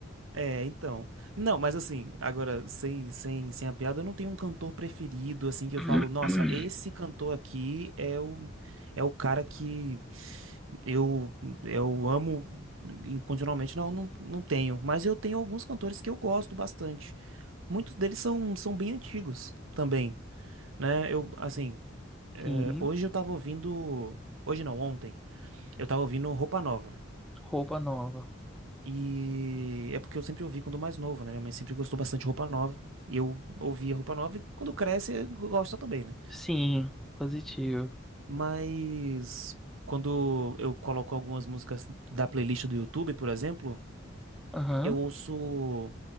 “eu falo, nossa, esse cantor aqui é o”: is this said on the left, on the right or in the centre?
Right